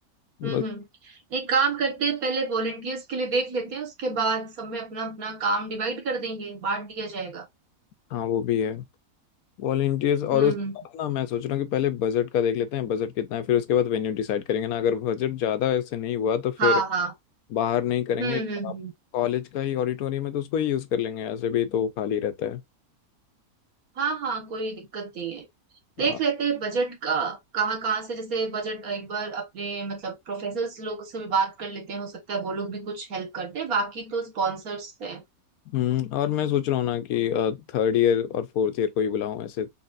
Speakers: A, on the left (about 80°); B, on the right (about 75°).
A: बस
B: हम्म हम्म, हम्म। एक काम करते हैं पहले वॉलेंटियर्स के लिए देख लेते हैं उसके बाद सब में अपना अपना काम डिवाइड कर देंगे बांट दिया जाएगा
A: हाँ वो भी है वॉलेंटियर्स और
B: हम्म
A: उस
B: हम्म,
A: ना मैं सोच रहा हूँ कि पहले बजट का देख लेते हैं बजट कितना है फिर उसके बाद वेन्यू डिसाइड करेंगे ना अगर बजट ज़्यादा ऐसे नहीं हुआ तो फिर
B: हाँ हाँ
A: बाहर नहीं करेंगे
B: हम्म हम्म हम्म
A: कॉलेज का ही ऑडिटोरियम है तो उसको ही यूज़ कर लेंगे ऐसे भी तो खाली रहता है
B: हाँ हाँ कोई दिक्कत नहीं है
A: आ,
B: देख लेते हैं बजट का कहाँ कहाँ से जैसे बजट एक बार अपने मतलब प्रोफेसर्स लोग से भी बात कर लेते हैं हो सकता है वो लोग भी कुछ हेल्प करते हैं बाकी तो स्पॉन्सर्स हैं
A: हम्म और मैं सोच रहा हूँ ना कि थर्ड ईयर और फोर्थ ईयर को ही बुलाऊं ऐसे